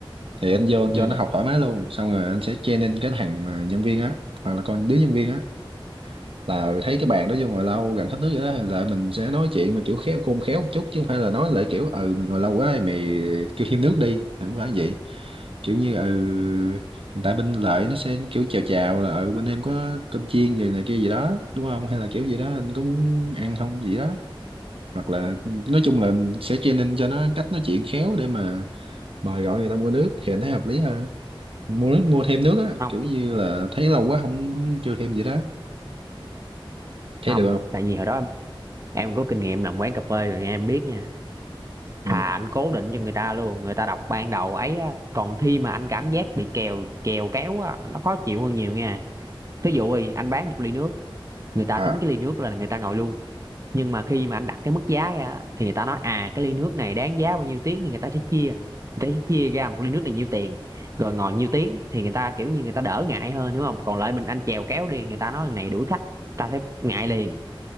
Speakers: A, on the right; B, on the right.
A: Thì anh vô anh
B: ừ.
A: cho nó học thoải mái luôn. Xong rồi anh sẽ training cái thằng mà nhân viên á hoặc là con đứa nhân viên á là thấy cái bàn đó vô ngồi lâu gần hết nước vậy đó là mình sẽ nói chuyện mà kiểu khéo khôn khéo một chút chứ không phải là nói lại kiểu ừ mày ngồi lâu quá mày kêu thêm nước đi không phải vậy kiểu như ừ hiện tại bên lại nó sẽ kiểu chào chào là ừ bên em có cơm chiên gì này kia gì đó đúng không hay là kiểu gì đó anh có muốn ăn không gì đó hoặc là nói chung là sẽ training cho nó cách nói chuyện khéo để mà mời gọi người ta mua nước thì anh thấy hợp lý hơn mua nước mua thêm nước á
B: không
A: kiểu như là thấy lâu quá không chưa thêm gì đó thấy
B: không
A: được không
B: tại vì hồi đó em, em có kinh nghiệm làm quán cà phê rồi nghe em biết nha
A: ừ
B: thà anh cố định cho người ta luôn người ta đọc ban đầu ấy á còn khi mà anh cảm giác bị kèo kèo kéo á nó khó chịu hơn nhiều nha thí dụ đi anh bán một ly nước người ta
A: à
B: tính cái ly nước là người ta ngồi luôn nhưng mà khi mà anh đặt cái mức giá ra thì người ta nói à cái ly nước này đáng giá bao nhiêu tiếng thì người ta sẽ chia người ta sẽ chia ra một ly nước này nhiêu tiền rồi ngồi nhiêu tiếng thì người ta kiểu như người ta đỡ ngại hơn đúng không còn lại mình anh chèo kéo đi người ta nói thằng này đuổi khách ta sẽ ngại liền